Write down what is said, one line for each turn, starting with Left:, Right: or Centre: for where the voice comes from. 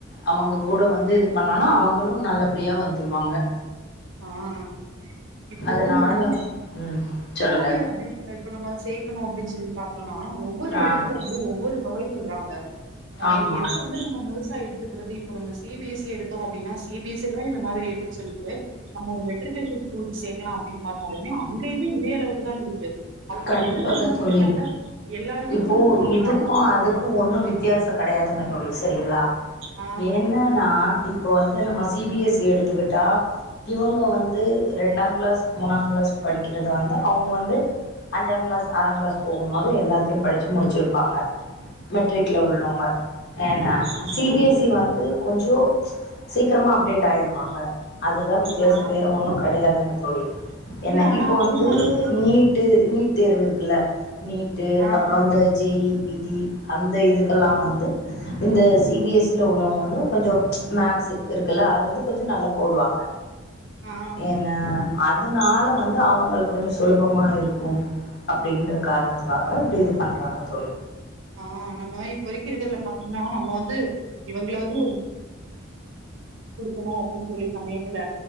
Left: அவங்க கூட வந்து இது பண்ண னாலும் அவங்களும் நல்லபடியா வந்து வருவாங்க
Right: ஆஹ் இப்போ
Left: அதனால
Right: நம்ம
Left: ம் சொல்லுங்க
Right: ஸ்கூல்லு அப்படி இப்ப நம்ம சேக்கணும் அப்பிடின்னு சொல்லி பாத்தோம்னா ஒவ்வொரு
Left: ஆ
Right: இடத்துல வந்து ஒவ்வொரு தொகை சொல்றாங்க நம்ம
Left: ஆமா
Right: இது எது வந்து நம்ம முழுசா எடுத் இருக்குறது இப்ப நம்ம சி பி எஸ் சிஎடுத்தோம் அப்பிடினா சி பி எஸ் ஸி தான் இந்த மாரி சொல்லிட்டு நம்ம ஒரு மெட்ரிக்குலேசன் ஸ்கூல் சேக்கலாம் அப்புடின்னு பாத்தா அங்கயுமே பெரிய அளவுக்கு தான் இருக்கு அப்போ
Left: கண்டிப்பாக
Right: எது வந்து நமக்கு
Left: தோழி
Right: நல்ல எல்லாருமே
Left: இப்போ
Right: வந்து இந்த
Left: இதுக்கும்
Right: பணம்
Left: அதுக்கும் ஒன்னும் வித்தியாசம் கிடையாதுங்க தோழி சரிங்களா
Right: ஆ
Left: என்னன்னா இப்ப வந்து நம்ம சிபிஎஸ்சி எடுத்துக்கிட்டா இவங்க வந்து ரெண்டா கிளாஸ் மூணா கிளாஸ் படிக்கிறத வந்து அவுங்க வந்து அஞ்சாம் கிளாஸ் ஆறாம் கிளாஸ் போகும்போது எல்லாத்தையும் படித்து முடிச்சிருப்பாங்க மெட்ரிக்கில்ல உள்ளவங்க என்னா
Right: ஆமா
Left: சிபிஎஸ்சி வந்து கொஞ்சோம் சீக்கிரமா அப்டேட் ஆயிருவாங்க அதுதான் வித்தியாசம்
Right: ஆ
Left: வேற ஒன்றும் கிடையாதுங்க தோழி
Right: இல்ல
Left: என்ன
Right: ஆனா
Left: இப்போ
Right: அதே
Left: வந்து
Right: மாதிரி
Left: நீட்டு நீட் தேர்வு இருக்குல்ல நீட்டு
Right: ஆ
Left: அப்புறம் அந்த ஜெயி தி அந்த இதுக்கெல்லாம் வந்து இந்த சிபிஎஸ்சில உள்ளவங்க வந்து கொஞ்சம் மேக்ஸ் இருக்குல்ல அது வந்து கொஞ்சம் நல்லா போடுவாங்க
Right: ஆ
Left: என்ன அதுனால
Right: ஆ
Left: வந்து அவங்களுக்கு கொஞ்சம் சொல மா இருக்கும் அப்படின்ற காரணத்துக்காக இப்பிடி இது பண்றாங்க தோழி
Right: ஆ நம்ம இப்போதைக்கு இருக்கிறதுல பாத்தீங்கன்னா, நம்ம வந்து இவங்கள வந்து இருக்கணும் அப்படின்னு சொல்லி சமயத்துல